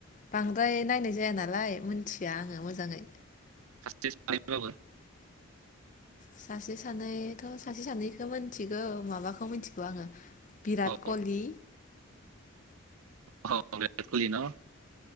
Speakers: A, on the left (about 35°); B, on the right (about 75°).
A: बांद्राय नायनाय जाया नालाय मिथिया आङो मोजाङै
B: सासे सानैबाबो
A: सासे सानैथ सासे सानैखौ मिथिगौ माबाखौ मिथिगौ आङो बिराट
B: औ
A: कहलि
B: अ बिराट कहलि न